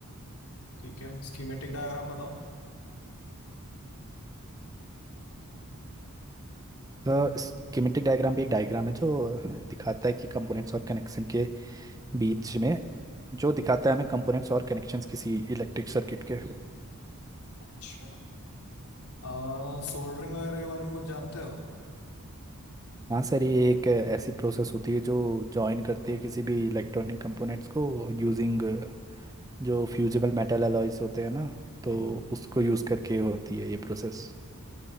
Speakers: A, on the left; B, on the right.
A: ठीक है स्कीमेटिक डायग्राम बताओ
B: तो स्कीमेटिक डायग्राम भी एक डायग्राम है जो दिखाता है कि कंपोनेंट्स और कनेक्शन के बीच में जो दिखाता है हमें कंपोनेंट्स और कनेक्शंस किसी इलेक्ट्रिक सर्किट के
A: अच्छा आ, सोल्डरिंग वगैरह के बारे में कुछ जानते हो
B: हाँ सर ये एक ऐसी प्रोसेस होती है जो जॉइन करती है किसी भी इलेक्ट्रॉनिक कंपोनेंट्स को यूजिंग जो फ्यूजिबल मेटल अलॉयज होते हैं ना तो
A: हम्म,
B: उसको यूज़ करके होती है ये प्रोसेस